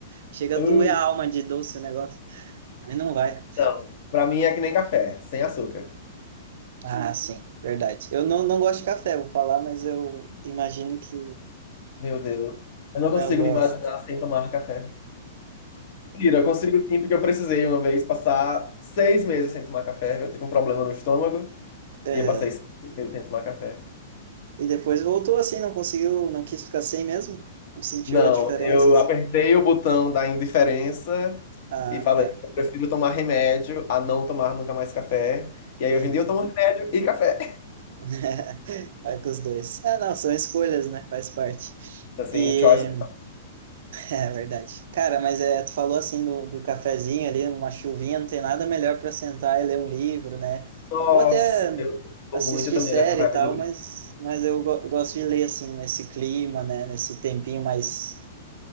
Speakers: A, on the right (about 60°); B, on the left (about 45°).
A: chega
B: Uh,
A: a doer a alma de doce o negócio. Aí não vai.
B: não, pra mim é que nem café, sem açúcar.
A: Ah, sim, verdade. Eu não, não gosto de café, vou falar, mas eu imagino que
B: Meu Deus, eu não consigo
A: não gosto.
B: me imaginar sem tomar café. Mentira, eu consigo sim, porque eu precisei uma vez passar seis meses sem tomar café. Eu tive um problema no estômago
A: Aham.
B: e eu passei seis meses sem tomar café.
A: E depois voltou assim, não conseguiu, não quis ficar sem mesmo? Não sentiu
B: Não,
A: a diferença,
B: eu
A: assim?
B: apertei o botão da indiferença
A: Ah,
B: e falei,
A: tá,
B: eu prefiro tomar remédio a não tomar nunca mais café. E aí
A: entendi.
B: hoje em dia eu tomo remédio e café.
A: <laughs> Vai com os dois. Ah, não, são escolhas, né? Faz parte.
B: Assim,
A: E...
B: Choice,
A: É verdade. Cara, mas é, tu falou assim do, do cafezinho ali, uma chuvinha, não tem nada melhor para sentar e ler um livro, né?
B: nossa,
A: Ou até
B: eu tô
A: assistir
B: muito também
A: série
B: nessa vibe
A: e tal,
B: de livro.
A: mas, mas eu go- gosto de ler assim, nesse clima, né? Nesse tempinho mais